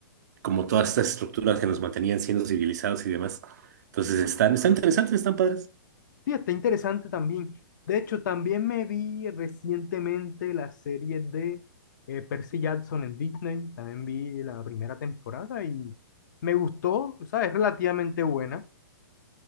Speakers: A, on the right (about 55°); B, on the left (about 60°).
A: como todas estas estructuras que nos mantenían siendo civilizados y demás. Entonces están, están interesantes, están padres.
B: Sí, está interesante también. De hecho, también me vi recientemente la serie de eh, Percy Jackson en Disney. También vi la primera temporada y me gustó, o sea, es relativamente buena.